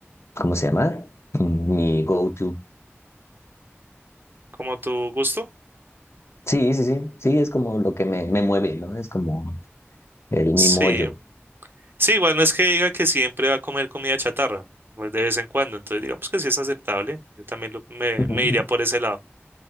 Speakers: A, on the left; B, on the right.
A: ¿cómo se llama? Mi go-to.
B: ¿Como tu gusto?
A: Sí, sí, sí, sí, es como lo que me, me mueve, ¿no? Es como el
B: Sí.
A: mi mollo.
B: Sí, igual no es que diga que siempre va a comer comida chatarra, pues de vez en cuando, entonces digamos que sí es aceptable. Yo también lo- me,
A: Ujú,
B: me
A: ujú.
B: iría por ese lado.